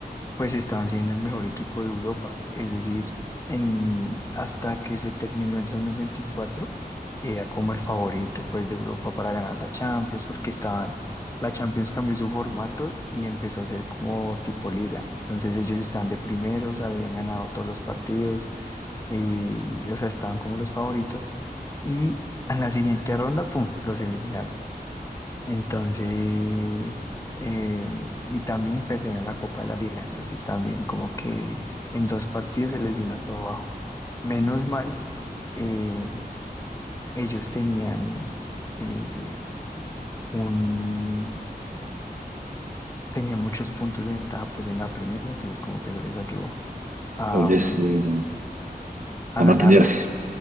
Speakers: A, on the left (about 20°); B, on the right (about 55°).
A: pues estaban siendo el mejor equipo de Europa. Es decir, en, hasta que se terminó el 2024 era como el favorito pues de Europa para ganar la Champions, porque estaban, la Champions cambió su formato y empezó a ser como tipo liga. Entonces ellos estaban de primeros, habían ganado todos los partidos, y, o sea, estaban como los favoritos. Y en la siguiente ronda, ¡pum!, los eliminaron. Entonces, eh, y también perdieron la Copa de la Liga. Entonces, también como que en dos partidos se les vino todo abajo. Menos mal, eh, ellos tenían eh, un tenían muchos puntos de ventaja pues en la Premier, entonces como que eso les ayudó a,
B: Oye,
A: mm,
B: Mm. sí, no.
A: a
B: A
A: ganarla.
B: mantenerse.